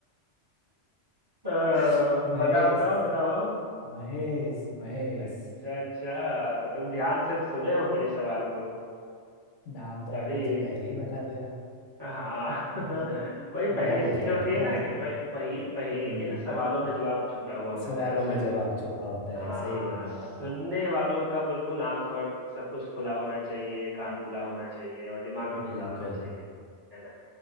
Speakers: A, on the right (about 20°); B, on the left (about 75°).
A: अह,
B: <laughs> महेश
A: बताओ बताओ बताओ
B: महेश महेश
A: अच्छा अच्छा तो तुम ध्यान से सुने हो मेरे सवाल को
B: नाम तो
A: तभी
B: आपने मुझे पहले ही बता दिया
A: हाँ <laughs>
B: चलो
A: वही पहली
B: मैं
A: ऐसी
B: पूछता
A: चीज होती
B: हूँ ठीक
A: है
B: है
A: ना
B: आपसे
A: कि पह, पहेल,
B: हम्म
A: पहेली के ना सवालों में जवाब छुपा हुआ होता
B: सवालों
A: है वो सुन
B: में जवाब छुपा होता
A: हाँ
B: है सही कह रहे हो
A: सुनने
B: आप
A: वालों का बिल्कुल आंख और सब कुछ खुला होना चाहिए कान खुला होना चाहिए और दिमाग भी खुला
B: बिल्कुल
A: होना चाहिए है ना